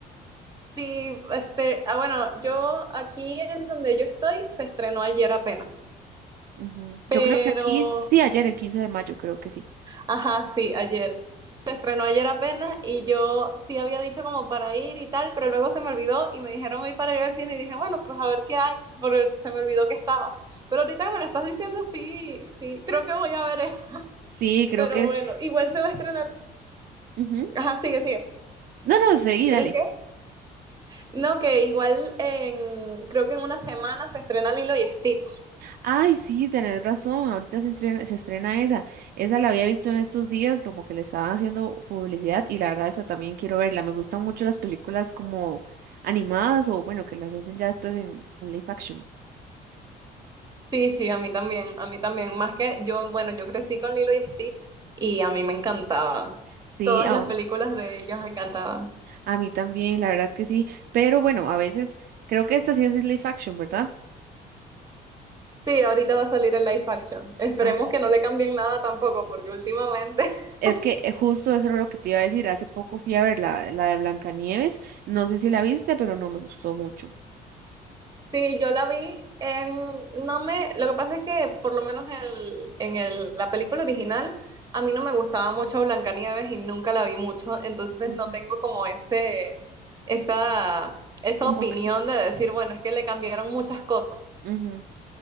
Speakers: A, on the right; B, on the right.
A: Sí, este, ah, bueno, yo aquí en donde yo estoy se estrenó ayer apenas,
B: Ujú. Yo
A: pero
B: creo que aquí, sí, ayer, el 15 de mayo, creo que sí.
A: Ajá, sí, ayer. Se estrenó ayer apenas y yo sí había dicho como para ir y tal, pero luego se me olvidó y me dijeron hoy para ir al cine y dije, bueno, pues a ver qué hay, porque se me olvidó que estaba. Pero ahorita que me lo estás diciendo, sí, sí, creo que voy a ver eso.
B: Sí, creo
A: Pero
B: que es...
A: bueno, igual se va a estrenar.
B: ujú.
A: Ajá, sigue, sigue.
B: No, no, seguí,
A: ¿Crees
B: dale.
A: que? No, que igual en, creo que en una semana se estrena Lilo y Stitch.
B: Ay, sí, tenés razón. Ahorita se entrena- se estrena esa. Esa la había visto en estos días, como que le estaban haciendo publicidad y la verdad esa también quiero verla. Me gustan mucho las películas como animadas o bueno, que las hacen ya después en, en live action.
A: Sí, sí, a mí también, a mí también. Más que yo, bueno, yo crecí con Lilo y Stitch y a mí me encantaban.
B: Sí,
A: Todas
B: a,
A: las películas de ellas me encantaban.
B: a mí también, la verdad es que sí. Pero bueno, a veces creo que esta sí es live action, ¿verdad?
A: Sí, ahorita va a salir el live action. Esperemos
B: Ah, ok.
A: que no le cambien nada tampoco, porque últimamente... <laughs>
B: Es que eh, justo eso era lo que te iba a decir. Hace poco fui a ver la, la de Blancanieves. No sé si la viste, pero no me gustó mucho.
A: Sí, yo la vi en... No me... Lo que pasa es que por lo menos el- en el- la película original a mí no me gustaba mucho Blancanieves y nunca la vi mucho, entonces
B: Ujú.
A: no tengo como ese... esa, esa
B: Como
A: opinión
B: que...
A: de decir, bueno, es que le cambiaron muchas cosas.
B: ujú.